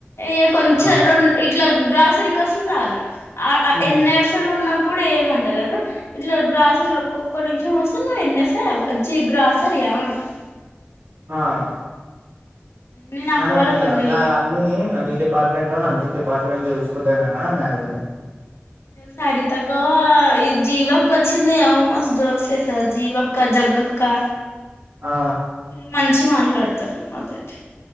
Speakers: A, on the left; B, on the right.
A: ఇగ కొంచెం
B: ఆ
A: రెం ఇట్లా గ్రాసరీ కొస్తే చాలు అ అ
B: ఉమ్
A: ఎన్ ఎఫ్ లు ఉన్నప్పు అప్పుడు ఏమంటలేరు ఇట్లా గ్రాసరి ఒక్క నిమిషం వస్తే నువ్ ఎన్ ఎఫా ఛీ గ్రాసరీ రా అడుగుతు
B: హాఁ
A: నేను అక్క
B: అనేదుండే
A: వాళ్ళతోని
B: నా అన్ని అన్ని డిపార్ట్మెంట్లు అన్ని డిపార్ట్మెంట్లు చూసుకుంటున అనేడిదుండే
A: సరితక్కా ఈ జీవక్క వచ్చింది ఆమ మస్త్ జోక్సేస్తది జీవక్క, జగ్గక్ క
B: ఆ
A: ఈళ్ళు మంచిగ మాట్లాడతరు నాతోటి.